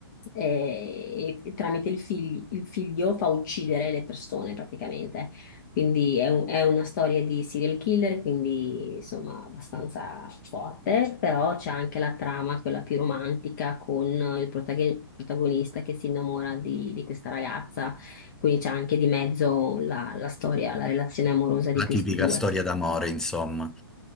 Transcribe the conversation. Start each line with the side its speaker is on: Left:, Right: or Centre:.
Left: eh, e tramite il fig- il figlio fa uccidere le persone praticamente. Quindi è, un- è una storia di serial killer, quindi insomma abbastanza forte, però c'è anche la trama, quella più romantica, con il protago- protagonista che si innamora di, di questa ragazza, quindi c'è anche di mezzo la la storia, la relazione amorosa di
Centre: La
Left: questi
Centre: tipica
Left: due.
Centre: storia d'amore, insomma.